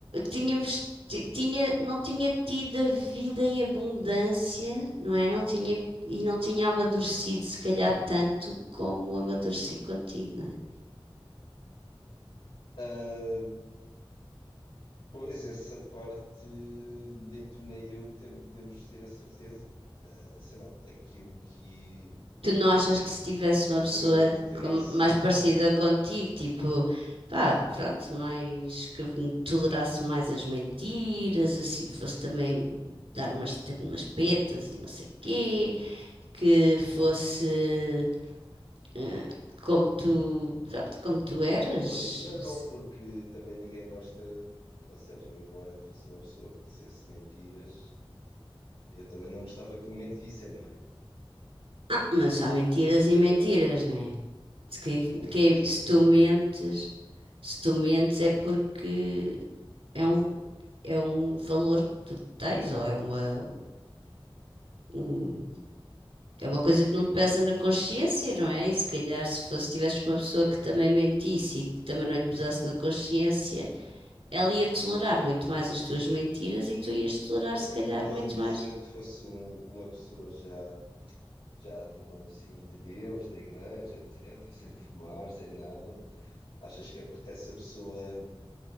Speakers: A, on the right (about 85°); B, on the left (about 80°).
A: tínhamos, ti- tinha, não tinha tido a vida em abundância, não é? Não tinha, e não tinha amadurecido, se calhar, tanto como amadureci contigo, não é?
B: Ah, pois, essa parte nem tu nem eu tem- podemos ter a certeza. Ah, sei lá, aquilo que.
A: Tu não achas que se tivesse uma pessoa
B: Como é que teria
A: com-
B: sido
A: mais parecida
B: quando.
A: contigo, tipo, pá, pronto, mais que tolerasse mais as mentiras, assim, que fosse também dar umas, te- umas petas e não sei quê, que fosse eh, como tu, pronto, como tu eras,
B: Amor, não, porque também ninguém gosta. Ou seja, eu, embora fosse uma pessoa que dissesse mentiras, eu também não gostava que me mentissem, não é?
A: Ah, mas há mentiras
B: Ninguém gosta,
A: e mentiras, né? Se, quem,
B: ninguém
A: quem-
B: gosta
A: se
B: que.
A: tu mentes, se tu mentes é porque é um, é um valor que tu tens, ou é uma, um- é uma coisa que não te pesa na consciência, não é? E se calhar se fosse, tivesses com uma pessoa que também mentisse e que também não lhe pesasse na consciência, ela ia tolerar muito mais as tuas mentiras e tu ias tolerar,
B: Pronto,
A: se calhar,
B: o que estás
A: muito
B: a dizer
A: mais.
B: que fosse um- uma pessoa já, já também assim de Deus, da igreja, etc., sem fumar, sem nada. Achas que a- essa pessoa